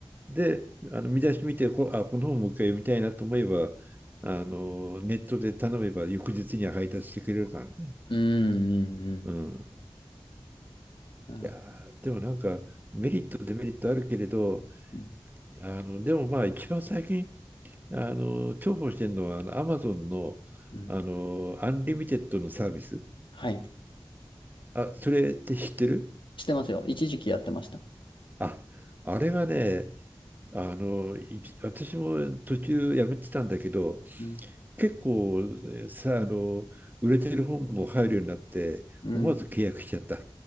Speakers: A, on the right; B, on the left.
A: で、あの見出し見てこ、あ、この本もう一回読みたいなと思えば、あの、ネットで頼めば翌日には配達してくれるからね。
B: うん、うん、うん。
A: うん。
B: なるほど。
A: いやー、でもなんかメリット、デメリットあるけれど、
B: うん、
A: あの、でもまあ一番最近、あの、重宝してるのは、あの、アマゾンの、
B: うん。
A: あの、アンリミテッドのサービス。
B: はい。
A: あ、それって知ってる
B: してますよ。一時期やってました。
A: あ、あれがね、あの、い私も途中やめてたんだけど、
B: うん。
A: 結構ねさ、あの、売れてる本も入るようになって、
B: うん。
A: 思わず契約しちゃった。い